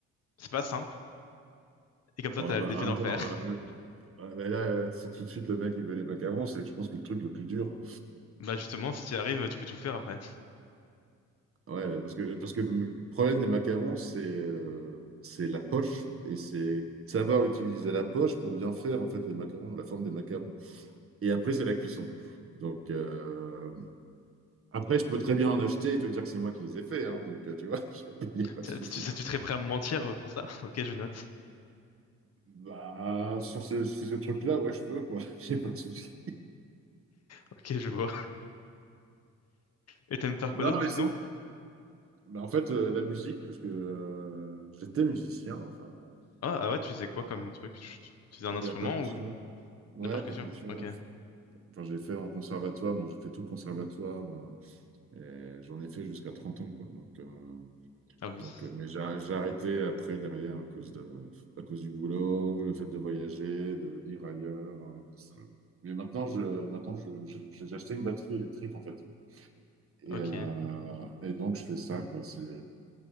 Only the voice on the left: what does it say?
C'est pas simple, et comme ça,
t'as
le défi d'en
faire. <laughs>
Bah justement, si tu y arrives, tu peux tout faire après.
Tu,
tu sais, tu serais prêt à me mentir euh, pour ça? <laughs> Ok, je note.
Ok, je vois. <laughs> Et t'aimes faire
quoi d'autre
sinon?
Ah, ah ouais, tu sais quoi comme truc? Tu, tu tu fais un
instrument
ou
la percussion?
Ok.
Ah oui.
Ok.